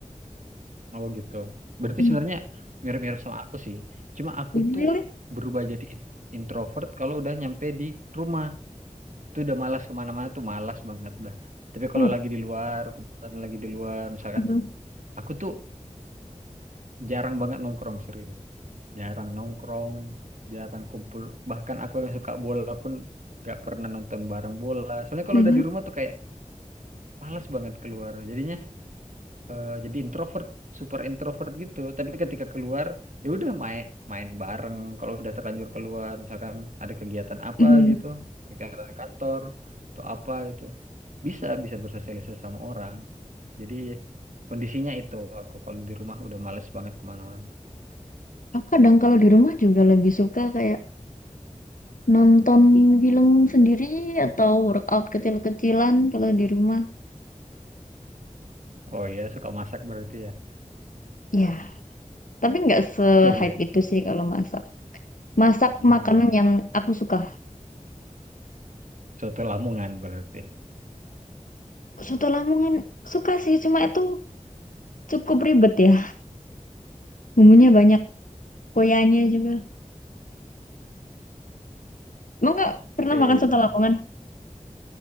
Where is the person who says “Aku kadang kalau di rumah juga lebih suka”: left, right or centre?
Left